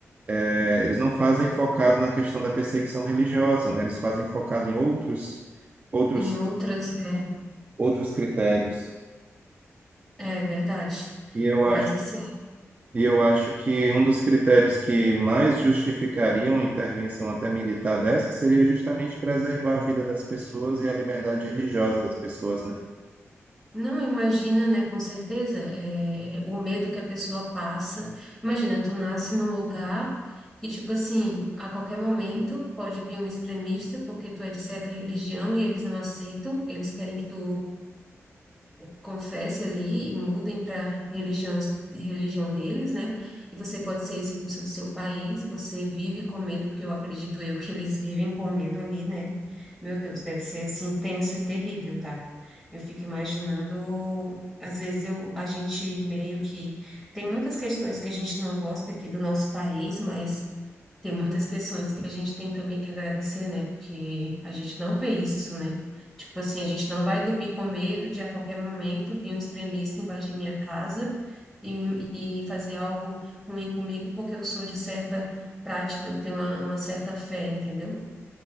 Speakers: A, on the right; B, in the centre.
A: eh, eles não fazem focado na questão da perseguição religiosa, né? Eles fazem focado em outros, outros,
B: Em outras, é,
A: outros critérios.
B: é verdade.
A: E eu
B: Mas
A: acho,
B: assim,
A: e eu acho que um dos critérios que mais justificaria uma intervenção até militar dessa seria justamente preservar a vida das pessoas e a liberdade religiosa das pessoas, né?
B: Não, imagina, né, com certeza, é, o medo que a pessoa passa. Imagina, tu nasce num lugar que, tipo assim, a qualquer momento pode vir um extremista, porque tu é de certa religião e eles não aceitam, eles querem que tu confesse ali e mudem para religião, religião deles, né? E você pode ser expulsa do seu país, você vive com medo, porque eu acredito eu que eles vivem com medo ali, né? Meu Deus, deve ser assim tenso e terrível, tá? Eu fico imaginando, às vezes eu, a gente meio que tem muitas questões que a gente não gosta aqui do nosso país, mas tem muitas questões que a gente tem também que agradecer, né? Porque a gente não vê isso, né? Tipo assim, a gente não vai dormir com medo de a qualquer momento vir um extremista embaixo de minha casa e, e fazer algo ruim comigo, porque eu sou de certa prática, eu tenho uma, uma certa fé, entendeu?